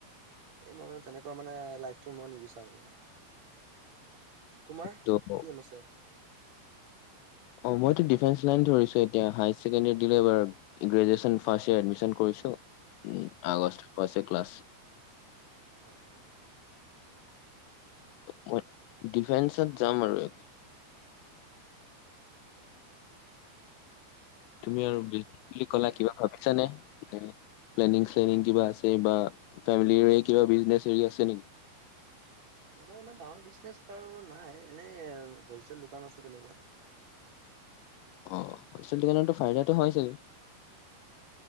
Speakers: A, on the right; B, on the left.
A: এই মই মানে তেনেকুৱা মানে লাইফটো মই নিবিচাৰো মানে তোমাৰ,
B: ত'
A: কিম আছে
B: অঁ মইতো ডিফেন্স লাইন ধৰিছোঁ এতিয়া হায়াৰ ছেকেণ্ডেৰী দিলো এইবাৰ গ্ৰেজুৱেশ্যন ফাৰ্ষট ইয়েৰ এডমি্যন কৰিছোঁ। উম,
A: হয়
B: আগষ্টৰ পাচত ক্লাছ।
A: <inaudible>
B: মই ডিফেন্সত যাম আৰু। তুমি আৰু <unintelligible> বুলি ক'লা কিবা ভাবিছানে প্লেনিং কিবা আছে বা ফেমিলিৰে কিবা বিজনেছ হেৰি আছে নেকি।
A: এনেকুৱা ইমান ডাঙৰ বিজনেচ বাৰু নাই, এনেই হলচেল দোকান আছে তেনেকুৱা।
B: অঁ, হোলচেল দোকানত ফাইদাটো হয় ছাগে